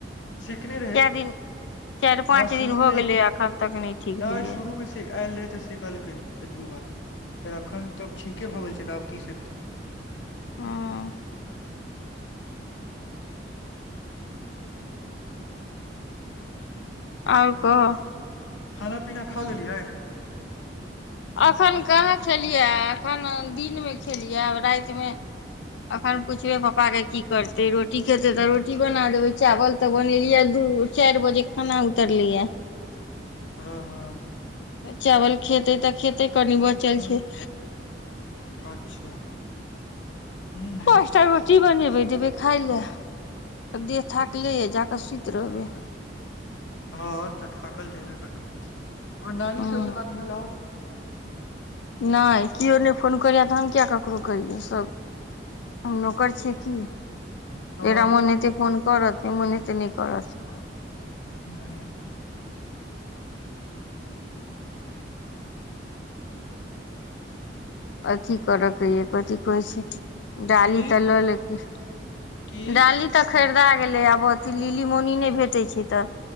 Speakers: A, on the left (about 90°); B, on the left (about 70°).
A: सिखने रहै
B: कए दिन चारि पाँच
A: हँ
B: दिन
A: शुरू
B: भ
A: मे
B: गेलैए एखन तक नैय ठीक
A: नहि
B: भेलैए।
A: शुरू मे आयल रहै तऽ सेक लकई एक दू बार फेर अखन तऽब ठीके भऽ गेल छै तऽ आब की सेकतई
B: अऽ आऊऽकह,।
A: खाना पीना खा लेलियै
B: एखन कहाँ खेलियै एखन दिनमे खेलियै रातिमे अखन पुछबे पपा के की करत। ते रोटी खेतै तऽ रोटी बना देबै चावल तऽ बनेलियै धू चार बजे खाना उत्तरलै या।
A: हँ हँ।
B: चावल खेतै तऽ खेतै कनि बचल, छैय
A: अच्छा हूहू
B: पाँचटार रोटी बनेबे देबे खााय ले देह थाकले ये जाके सुति रहबै।
A: हँ तऽ थाकल तऽ हेबे करतओर नानी
B: हँ
A: सबसँ बात भेलऊ
B: नैय केओ नै फोन करिय तऽ हम किया ककरो करियै सभ नकर छियाई की जकरा
A: हँ
B: मोन हेते फोन। करत मोन हेते नैय करत।
A: नहि <unintelligible>
B: अभी करयके यए कथि कहैत छै डाली
A: की
B: तऽ लऽ लेते।
A: की
B: डाली तऽ खरीदा गेलै आब अथी लिली मौनी न नैय भेटै छै तऽ।